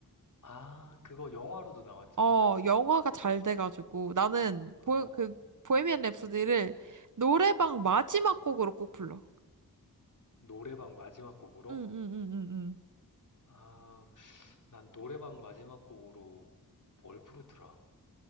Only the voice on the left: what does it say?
아, 그거 영화로도 나왔잖아,
맞지?
어,
노래방 마지막 곡으로?
아, 난 노래방 마지막 곡으로 뭘 부르더라?